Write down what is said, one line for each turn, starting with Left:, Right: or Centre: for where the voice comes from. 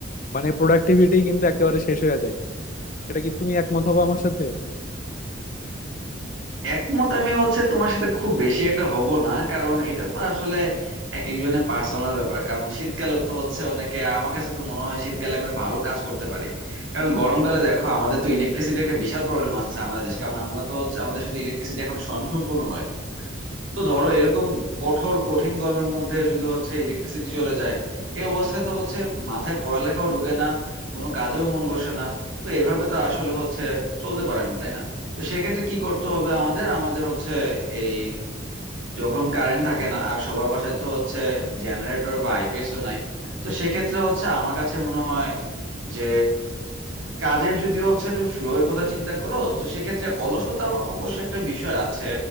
Left: মানে প্রোডাক্টিভিটি কিন্তু একেবারে শেষ হয়ে যায় এটা কি তুমি একমত হবো আমার সাথে
Right: একমত আমি হচ্ছে তোমার সাথে খুব বেশি একটা হব না কারণ এটা তো আসলে এক একজনের পার্সোনাল ব্যাপার কারণ শীতকালেও তো হচ্ছে অনেকে আমার কাছে তো মনে হয় শীতকালে আমরা ভালো কাজ করতে পারি কারণ গরমকালে দেখো আমাদের তো ইলেকট্রিসিটি একটা বিশাল প্রবলেম আছে আমাদের দেশ কারণ আমরা তো হচ্ছে- আমাদের সাথে ইলেকট্রিসিটি এখন স্বয়ংসম্পূর্ণ নয় তো ধরো এরকম কঠোর কঠিন গরমের মধ্যে যদি হচ্ছে ইলেকট্রিসিটি চলে যায় এই অবস্থায় তো হচ্ছে মাথায় পড়ালেখাও ঢোকে না কোনো কাজেও মন বসে না তো এভাবে তো আসলে হচ্ছে চলতে পারে না তাই না তো সেক্ষেত্রে কি করতে হবে আমাদের আমাদের হচ্ছে এই যখন কারেন্ট থাকে না আর সবার বাসায় তো হচ্ছে জেনারেটর বা আইপিএসও নাই তো সেক্ষেত্রে হচ্ছে আমার কাছে মনে হয় যে কাজের যদি হচ্ছে তুমি ফ্লো এর কথা চিন্তা করো তো সেক্ষেত্রে অলসতা অবশ্য একটা বিষয় আছে